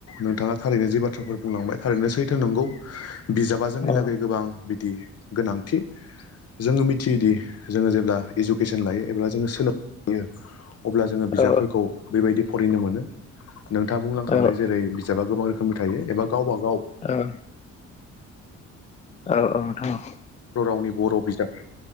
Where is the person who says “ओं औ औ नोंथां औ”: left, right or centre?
Left